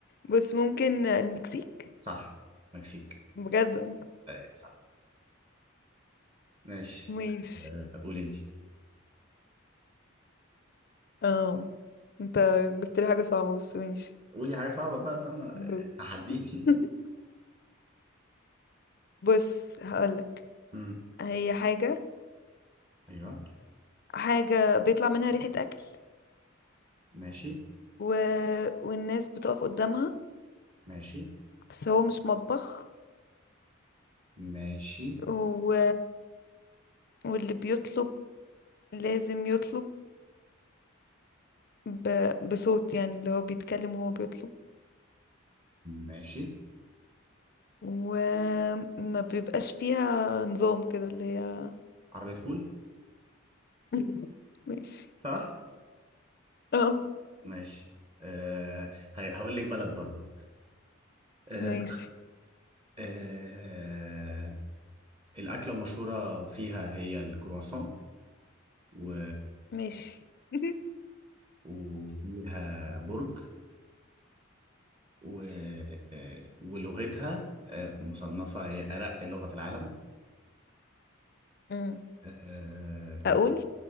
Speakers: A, on the left; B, on the right.
A: بس ممكن المكسيك
B: صح مكسيك
A: بجد
B: ايوه صح ماشي
A: ماشي
B: آه، قول انت
A: اه انت جبت لي حاجة صعبة بس ماشي
B: قولي حاجة صعبة بقى فاهمة
A: بص
B: تحديني
A: <laughs> بص هقولك
B: <laughs> أمم،
A: هي حاجة
B: ايوه
A: حاجة بيطلع منها ريحة أكل
B: ماشي
A: و... والناس بتقف قدامها
B: ماشي
A: بس هو مش مطبخ
B: ماشي
A: و... واللي بيطلب لازم يطلب ب... بصوت يعني اللي هو بيتكلم وهو بيطلب
B: ماشي
A: وما بيبقاش فيها نظام كده اللي هي
B: عربية فول
A: <laughs> ماشي
B: صح؟
A: اه
B: ماشي أه ه- هقول لك بلد برضو أه
A: ماشي
B: أه الأكلة المشهورة فيها هي الكرواسون و...
A: ماشي <laughs>
B: وفيها برج و... آه، ولغتها آه، مصنفة هي أرق لغة في العالم
A: امم
B: آه، آه، إيه
A: اقول